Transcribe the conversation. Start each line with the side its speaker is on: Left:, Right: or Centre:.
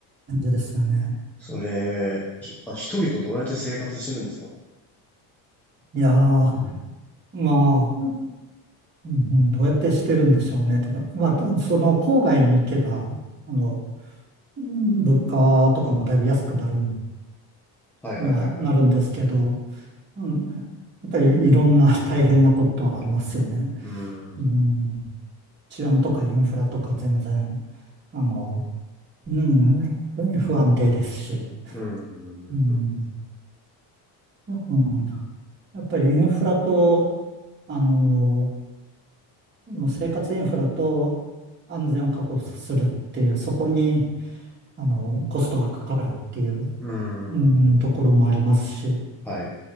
Right: 感じですよね。
Centre: それ、ひあ、人々どうやって生活してるんですか
Right: いやー、まあ、うん、どうやってしてるんでしょうね。てか、まあ、その郊外に行けば、あの、うん物価とかもだいぶ安くなる
Centre: はいはいはいはい。
Right: のはなるんですけど、うん、やっぱりいろんな大変なことはありますよね。
Centre: うん。
Right: うん、治安とかインフラとか全然、あの、うん、不不安定ですし、
Centre: うーん。
Right: うん、よくうんやっぱりインフラと、あの、もう生活インフラと安全を確保するっていう、そこに、あの、コストがかかるっていう、
Centre: うーん。
Right: うん、ところもありますし、
Centre: うーんはい。